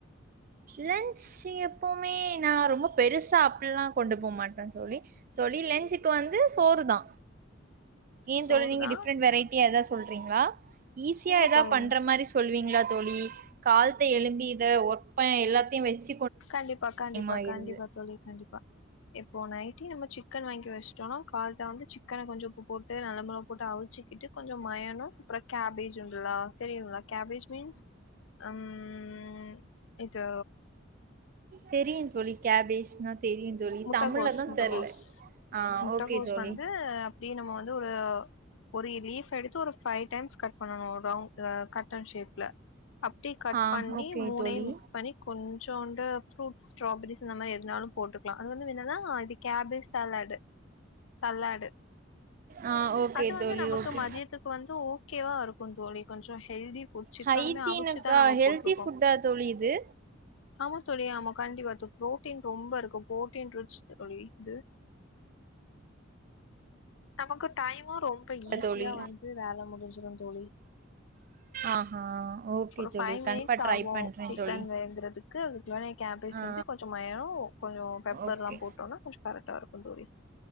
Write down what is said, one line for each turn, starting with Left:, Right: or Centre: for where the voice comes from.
Right: லன்ஞ்சு எப்பமே நா ரொம்ப பெருசா அப்பில்லா கொண்டு போ மாட்ட தோழி தோழி லெஞ்சுக்கு வந்து சோறு தா ஏ
Left: சோறு
Right: தோழி நீங்க
Left: தா
Right: டிஃப்ரெண்ட் வெரைட்டியா எதாது சொல்றீங்களா ஈஸியா
Left: இல்ல
Right: ஏதா
Left: தோழி
Right: பண்ற மாரி சொல்லுவீங்களா தோழி கால்த்த எழும்பி இத ஒர் இப்ப எல்லாத்தையு வச்சு
Left: கண்டிப்பா கண்டிப்பா
Right: ஆயிருது.
Left: கண்டிப்பா தோழி கண்டிப் பா இப்போ நைட்டே நம்ம சிக்கன் வாங்கி வச்சுட்டோனா கால்ல வந்து சிக்கன கொஞ்சோ உப்பு போட்டு நல்ல மொலவ் போட்டு அவிச்சுக்கிட்டு கொஞ்சோ மயநோஸ் அப்ரோ கேபேஜ் உண்டுல்லா தெரியுங்ளா கேபேஜ் மீன்ஸ் அம் இது
Right: தெரியும் தோழி கேபேஜ்னா தெரியும் தோழி.
Left: முட்டகோஸ்
Right: தமிழ்ல தான்
Left: முட்டகோஸ்
Right: தெர்ல. ஆ
Left: முட்டகோஸ்
Right: ஓகே தோழி.
Left: வந்து அப்படியே நம்ம வந்து ஒரு ஒரு லீஃப் எடுத்து ஒரு பைவ் டைம்ஸ் கட் பண்ணணும் ஒரு ரவ் கட்டன் ஷேப்ல அப்டி கட்
Right: ஆ
Left: பண்ணி
Right: ஓகே
Left: மூணையும்
Right: தோழி
Left: மிக்ஸ் பண்ணி கொஞ் கொஞ்சோண்டு ஃப்ரூட்ஸ் ஸ்ட்ராபெரிஸ் இந்த மாரி எதனாலு போட்டுக் அது வந்து என்னனா இது கேப்பேச் சலடு சல்லடு
Right: ஆ ஓகே
Left: அது வந்து
Right: தோழி
Left: நமக்கு
Right: ஓகே
Left: மதியத்துக்கு வந்து ஓகேவா க்கு தோழி கொஞ்சோ ஹெல்தி ஃபுட் சிக்கனுமே
Right: ஹைஜீனுக்கா
Left: அவிச்சு தா நாங்க
Right: ஹெல்தி
Left: போட்ருக்கோ
Right: ஃபுட்டா தோழி இது
Left: அவ தோழி ஆமா கண்டிப்பா புரோட்டீன் ரொம்ப இருக்கும் புரோட்டின் ரிச் தோழி இது நமக்கு டைம் ரொம்ப ஈசியா
Right: தோழி
Left: வந்து வேல முடிஞ்சிரு தோழி
Right: ஆஹா ஓகே
Left: ஒரு
Right: தோழி
Left: ஃபைவ்
Right: கண்டிப்பா
Left: மினிட்ஸ்
Right: ட்ரை
Left: ஆகு
Right: பண்றே
Left: சிக்கன்
Right: தோழி
Left: வேகுறதுக்கு அதுக்குள்ளார எ கேப்பேஜ்
Right: ஆ
Left: செஞ்சு கொஞ்சோ மயோ கொஞ்சோ பெப்பர்
Right: ஓகே
Left: எல்லாம் போட்டோனா கொஞ்சம் கரெக்டா இருக்கும் தோழி